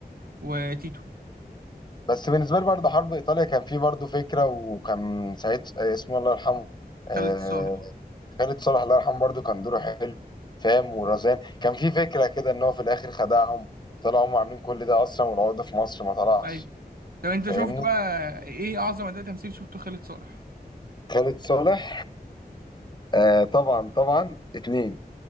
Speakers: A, on the right; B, on the left.
A: وتيتو
B: بس بالنسبه لي برضو حرب ايطاليا كان فيه برضو فكره وكان سعيد آه، اسمه الله يرحمه آه...
A: خالد صالح
B: خالد صالح الله يرحمه برضو كان دوره حلو فاهم ورزان كان فيه فكره كده ان هو في الاخر خدعهم طلعوا هم عاملين كل ده اصلا والعقده في مصر ما طلعش
A: أيوه طب انت
B: فاهمني
A: شفت بقى ايه اعظم اداء تمثيل شفته خالد صالح
B: خالد صالح آه طبعا طبعا اتنين